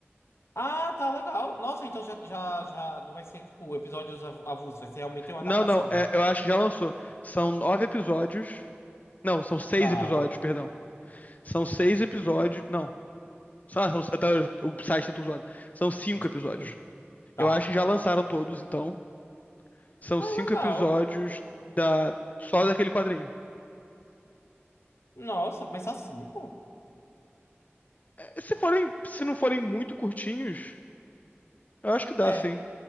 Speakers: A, on the left (about 75°); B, on the left (about 35°).
A: Ah, tá legal. Nossa, então já, já, já não vai ser, tipo, episódios av- avulsos, vai ser realmente uma
B: Não,
A: adaptação.
B: não, é- eu acho que já lançou. São nove episódios. Não, são seis
A: Tá,
B: episódios, perdão. São seis episódios. Não. Só- são- até o site tá tudo zoado. São cinco
A: <laughs>
B: episódios. Eu acho que já
A: tá.
B: lançaram todos, então. São
A: Ah,
B: cinco
A: legal.
B: episódios da, só daquele quadrinho.
A: Nossa, mas só cinco?
B: É, Se forem, se não forem muito curtinhos. Eu acho que dá,
A: É,
B: sim.